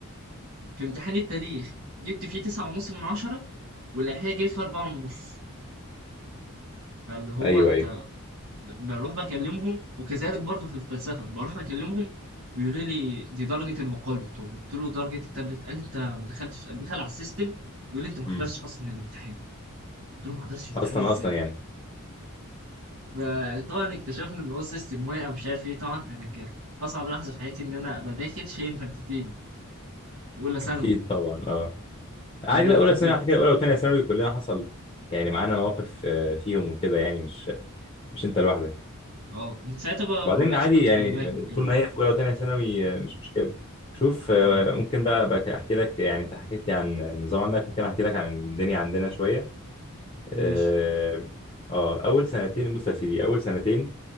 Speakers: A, on the right; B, on the left.
A: في امتحان التاريخ جبت فيه تسعة ونص من عشرة والأحياء جاي فيه أربعة ونص فاللي هو
B: ايوه
A: أنت
B: ايوه
A: ب- بروح بكلمهم وكذلك برضه في الفلسفة بروح بكلمهم بيقولوا لي دي درجة المقالة طب قلت له درجة التابلت قال لي أنت ما دخلتش دخل على السيستم بيقول لي أنت ما
B: امم
A: حضرتش أصلا الامتحان قلت له ما حضرتش الامتحان
B: اصلا
A: إزاي
B: اصلا يعني
A: فطبعا اكتشفنا إن هو السيستم واقع مش عارف إيه طبعا أنا كانت أصعب لحظة في حياتي إن أنا أبقى داخل شايل مادتين في أولى ثانوي
B: اكيد طبعا اه عادي
A: ده انا
B: لا اولى
A: كنت
B: ثانوي على فكره اولى وثانيه ثانوي كلنا حصل يعني معانا مواقف آه، فيهم وكده يعني مش مش انت لوحدك
A: اه من ساعتها بقى
B: وبعدين
A: ما بقتش
B: عادي
A: احط
B: يعني
A: في دماغي كده
B: طول ما هي في اولى وثانيه ثانوي آه، مش مشكله شوف آه،
A: اه
B: ممكن بقى بقى احكي لك يعني انت حكيت لي عن النظام عندك ممكن احكي لك عن الدنيا عندنا شويه اه
A: ماشي
B: آه، اول سنتين بص يا سيدي اول سنتين